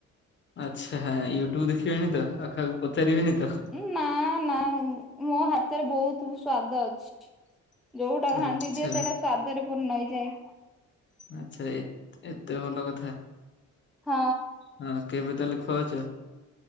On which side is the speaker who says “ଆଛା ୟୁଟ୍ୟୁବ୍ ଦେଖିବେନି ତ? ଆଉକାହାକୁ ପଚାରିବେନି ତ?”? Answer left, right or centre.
Left